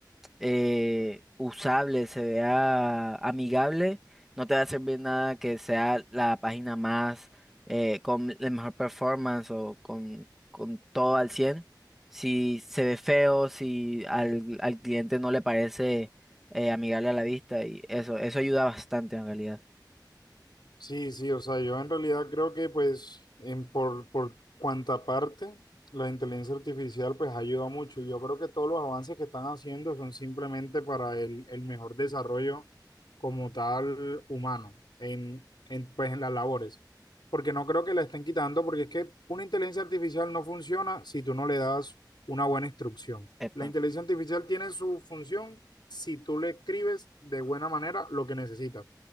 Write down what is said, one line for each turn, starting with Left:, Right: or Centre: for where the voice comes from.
Centre: eh, usable, se vea amigable, no te va a servir nada que sea la página más eh, con la mejor performance o con, con todo al cien, Si se ve feo, si al, al cliente no le parece eh, amigable a la vista y eso, eso ayuda bastante en realidad.
Left: Sí, sí, o sea, yo en realidad creo que pues en por, por cuanta parte la inteligencia artificial pues ayuda mucho y yo creo que todos los avances que están haciendo son simplemente para el, el mejor desarrollo como tal humano en, en, pues en las labores, porque no creo que la estén quitando porque es que una inteligencia artificial no funciona si tú no le das una buena instrucción.
Centre: Epa.
Left: La inteligencia artificial tiene su función si tú le escribes de buena manera lo que necesitas.